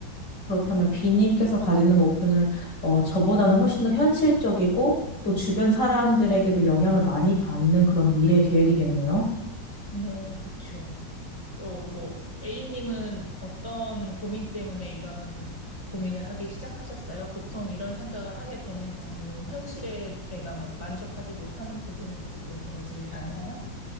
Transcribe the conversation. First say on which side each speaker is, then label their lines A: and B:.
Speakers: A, on the left (about 75°); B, on the left (about 15°).
A: 그렇다면 비님께서 가지는 목표는 어, 저보다는 훨씬 더 현실적이고 또 주변 사람들에게도 영향을 많이 받는 그런 미래 계획이겠네요.
B: 네, 그쵸. 어, 뭐, A님은 어떤 고민 때문에 이런 고민을 하기 시작하셨어요? 보통 이런 생각을 하게 되는 경우는 현실에 내가 뭐 만족하지 못하는 부분이 있을 때 그러지 않아요?